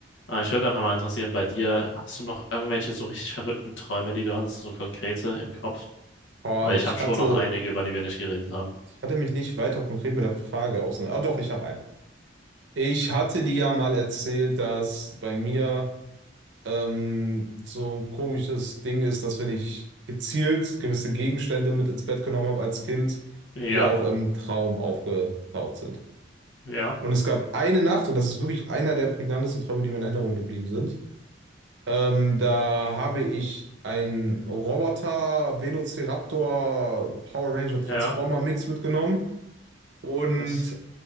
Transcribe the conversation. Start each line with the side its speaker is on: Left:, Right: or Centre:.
Left: Aber ich würde einfach mal interessieren, bei dir, hast du noch irgendwelche so richtig verrückten Träume, die du hattest, so konkrete im Kopf?
Right: Oh,
Left: Weil
Right: ich
Left: ich habe schon
Right: hatte,
Left: noch einige, über die wir nicht geredet haben.
Right: ich hatte mich nicht weiter konkret mit der Frage auseinander. Ah, doch, ich habe einen. Ich hatte dir ja mal erzählt, dass bei mir ähm, so ein komisches Ding ist, dass wenn ich gezielt gewisse Gegenstände mit ins Bett genommen habe als Kind,
Left: Ja,
Right: die auch im Traum aufgetaucht sind.
Left: ja,
Right: Und es gab eine Nacht, und das ist wirklich einer der prägnantesten Träume, die mir in Erinnerung geblieben sind. Ähm, da habe ich einen Roboter Velociraptor Power Ranger Transformer
Left: ja,
Right: Mix mitgenommen und
Left: das,